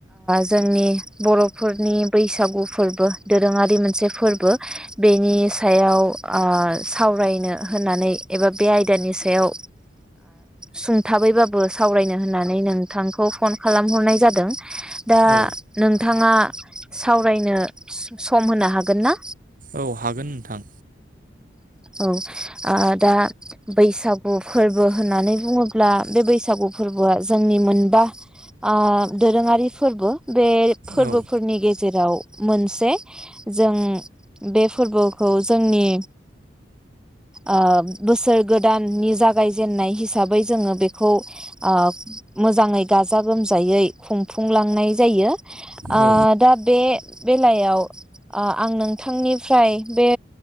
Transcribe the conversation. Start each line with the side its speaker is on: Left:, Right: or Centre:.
Centre: जोंनि बर'फोरनि बैसागु फोरबो दोरोङारि मोनसे फोरबो बेनि सायाव सावरायनो होननानै एबा बे आयदानि सायाव सायाव सुंथाबैबाबो सावरायनो होननानै नोंथांखौ फन खालामहरनाय जादों। दा
Right: औ
Centre: नों नोंथाङा सावरायनो सम होनो हागोन ना?
Right: औ हागोन नोंथां
Centre: औ ओ दा बैसागु फोरबो होननानै बुङोब्ला बे बैसागु फोरबोआ जोंनि मोनबा ओ दोरोङारि फोरबो बे फोरबोफोरनि
Right: औ
Centre: गेजेराव मोनसे जों बे फोरबोखौ जोंनि ओ बोसोर गोदाननि जागायजेनन्नाय हिसाबै जोङो बेखौ ओ मोजाङै गाजा गोमजायै खुंफुंलांनाय जायो। ओ
Right: औ
Centre: दा बे बेलायाव ओ आं नोंथांनिफ्राय बे